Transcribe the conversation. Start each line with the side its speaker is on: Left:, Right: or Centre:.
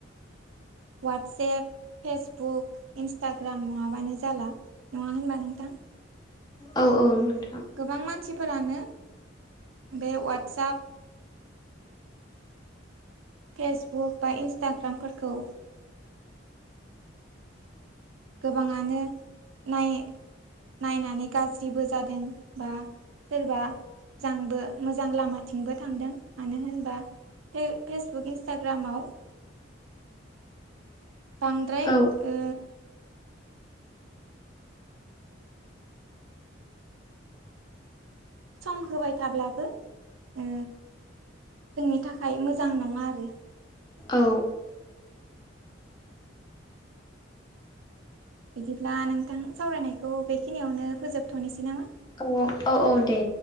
Right: ववाट्सेएप फेसबुक इन्स्टाग्राम नङाबानो जाला नङा होनबानो नोंथां
Left: औ नोंथां
Right: गोबां मानसिफोरानो बे वाट्सप फेसबुक बा इन्सटाग्रामफोरखौ गोबाङानो नाय नायनानै गाज्रिबो जादों बा सोरबा मोजांबो मोजां लामाथिंबो थांदों मानो होनबा फे फेसबुक इन्स्टाग्रामाव बांद्राय
Left: औ
Right: ओ सम होबाय थाब्लाबो ओ जोंनि थाखाय मोजां नंङा आरो
Left: औ
Right: बिदिब्ला नोंथां सावरायनायखौ बेखिनियावनो फोजोबथ'नोसै नामा
Left: औ औ औ दे